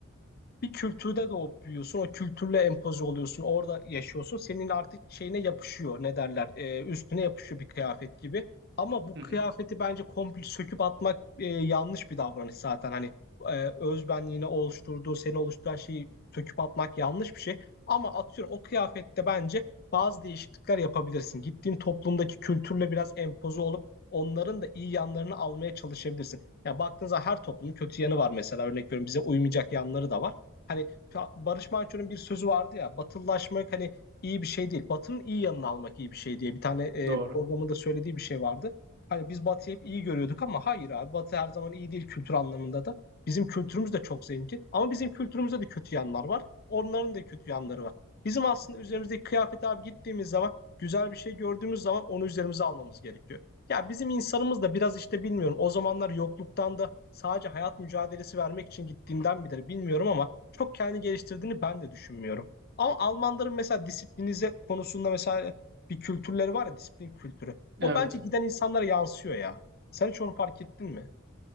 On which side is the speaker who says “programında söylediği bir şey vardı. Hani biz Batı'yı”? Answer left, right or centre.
Left